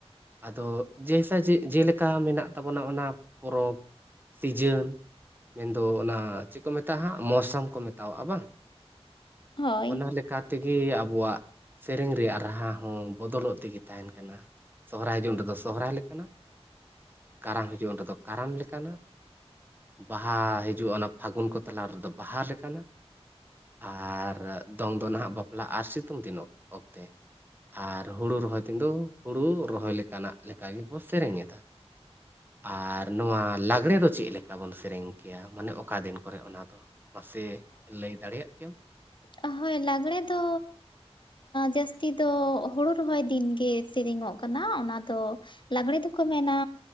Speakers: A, on the right; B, on the left.
A: ᱟᱫᱚ ᱡᱮᱭᱥᱮ ᱡᱮᱞᱮᱠᱟ ᱢᱮᱱᱟᱜ ᱛᱟᱵᱚᱱᱟ ᱚᱱᱟ ᱯᱚᱨᱚᱵᱽ ᱥᱤᱡᱮᱱ ᱢᱮᱱᱫᱚ ᱚᱱᱟ ᱪᱮᱫ ᱠᱚ ᱢᱮᱛᱟᱜ ᱦᱟᱜ ᱢᱳᱥᱚᱢ ᱠᱚ ᱢᱮᱛᱟᱣᱟᱜᱼᱟ ᱵᱟᱝ
B: ᱦᱳᱭ
A: ᱚᱱᱟ ᱞᱮᱠᱟ ᱛᱮᱜᱮ ᱟᱵᱚᱣᱟᱜ ᱥᱮᱨᱮᱧ ᱨᱮᱭᱟᱜ ᱨᱟᱦᱟ ᱦᱚᱸ ᱵᱚᱫᱚᱞᱚᱜ ᱛᱮᱜᱮ ᱛᱟᱦᱮᱱ ᱠᱟᱱᱟ ᱥᱚᱦᱨᱟᱭ ᱦᱤᱡᱩᱜᱼᱟ ᱩᱱᱰᱮ ᱫᱚ ᱥᱚᱦᱨᱟᱭ ᱡᱳᱱ ᱨᱮᱫᱚ ᱥᱚᱦᱚᱨᱟᱭ ᱞᱮᱠᱟᱱᱟᱜ ᱠᱟᱨᱟᱢ ᱦᱤᱡᱩᱜᱼᱟ ᱩᱱᱸᱨᱮ ᱫᱚ ᱠᱟᱨᱟᱢ ᱞᱮᱠᱟᱱᱟᱜ ᱵᱟᱦᱟ ᱦᱤᱡᱩᱜᱼᱟ ᱚᱱᱟ ᱯᱷᱟᱹᱜᱩᱱ ᱠᱚ ᱛᱟᱞᱟ ᱨᱮᱫᱚ ᱵᱟᱦᱟ ᱞᱮᱠᱟᱱᱟᱜ ᱟᱨ ᱫᱚᱝ ᱫᱚ ᱱᱟᱦᱟᱜ ᱵᱟᱯᱞᱟ ᱟᱨ ᱥᱤᱛᱩᱝ ᱫᱤᱱ ᱚᱠᱛᱮ ᱟᱨ ᱦᱩᱲᱩ ᱨᱚᱦᱚᱭ ᱛᱤᱧᱩ ᱦᱩᱲᱩ ᱨᱚᱦᱚᱭ ᱞᱮᱠᱟᱱᱟᱜ ᱞᱮᱠᱟ ᱜᱮᱵᱚ ᱥᱮᱨᱮᱧᱮᱫᱟ᱾ ᱟᱨ ᱱᱚᱣᱟ ᱞᱟᱜᱽᱲᱮ ᱫᱚ ᱪᱮᱫ ᱞᱮᱠᱟ ᱵᱚᱱ ᱥᱮᱨᱮᱧ ᱠᱮᱭᱟ ᱢᱟᱱᱮ ᱚᱠᱟ ᱫᱤᱱ ᱠᱚᱨᱮ ᱚᱱᱟ ᱫᱚ ᱢᱟᱥᱮ ᱞᱟᱹᱭ ᱫᱟᱲᱮᱭᱟᱜ ᱠᱮᱭᱟᱢ?
B: ᱦᱳᱭ ᱞᱟᱜᱽᱲᱮ ᱫᱚ ᱡᱟᱹᱥᱛᱤ ᱫᱚ ᱦᱩᱲᱩ ᱨᱚᱦᱚᱭ ᱫᱤᱱ ᱜᱮ ᱥᱮᱨᱮᱧᱚᱜ ᱠᱟᱱᱟ ᱚᱱᱟ ᱫᱚ ᱞᱟᱜᱽᱲᱮ ᱫᱚ ᱠᱚ ᱢᱮᱱᱟ